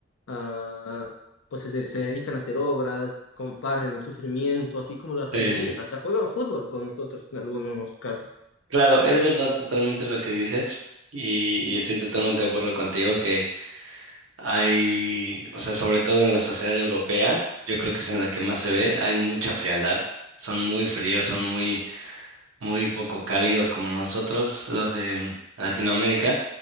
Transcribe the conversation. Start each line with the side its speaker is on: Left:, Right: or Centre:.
Left: ah, pues se, se dedican a hacer obras, comparten el sufrimiento, así como las
Right: sí.
Left: alegrías, hasta juegan fútbol con nosotros en algunos casos.
Right: Claro, es verdad totalmente lo que dices y, y estoy totalmente de acuerdo contigo que hay, o sea, sobre todo en la sociedad europea, yo creo que es en la que más se ve, hay mucha frialdad, son muy fríos, son muy, muy poco cálidos como nosotros, los de Latinoamérica,